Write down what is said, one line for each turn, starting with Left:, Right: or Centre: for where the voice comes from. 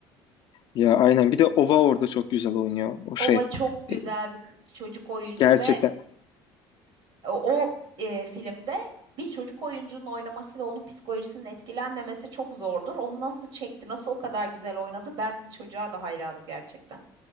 Left: Ya aynen bir de Ova orada çok güzel oynuyor o
Right: Ova
Left: şey.
Right: çok güzel
Left: E,
Right: bir kı- çocuk oyuncu
Left: Gerçekten
Right: ve o, o, e, filmde bir çocuk oyuncunun oynaması ve onun psikolojisinin etkilenmemesi çok zordur. Onu nasıl çekti, nasıl o kadar güzel oynadı ben çocuğa da hayranım gerçekten.